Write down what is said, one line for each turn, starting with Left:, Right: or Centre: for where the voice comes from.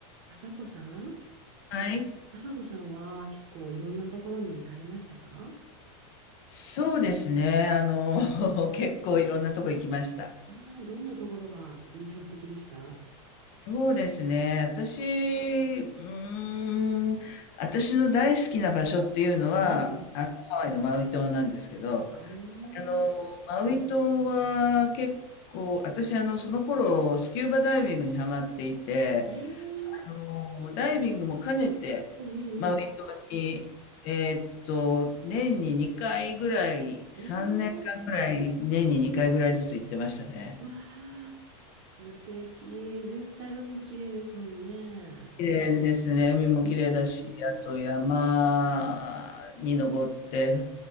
Right: あさこさん
Left: はい。
Right: あさこさんは結構いろんなところに行かれましたか
Left: そうですね。あの、
Right: うん。
Left: <laughs> 結構いろんなとこ行きました。
Right: ああー、どんなところが印象的でした
Left: そうですね。私、うーん、私の大好きな場所っていうのは、
Right: うんうん。
Left: あの、ハワイのマウイ島なんですけど、
Right: おー、
Left: あの、マウイ島は結構、私、あの、その頃、スキューバダイビングにハマっていて、
Right: えー、
Left: あの、ダイビングも兼ねて、
Right: ええええ
Left: マウイ島に、えーっと、年に2回ぐらい、
Right: おー、
Left: 3年間ぐらい、年に2回ぐらいずつ行ってましたね。
Right: うわー、素敵。絶対海きれいですもんね。
Left: 綺麗ですね。海も綺麗だし、
Right: ええ
Left: あと山に登って、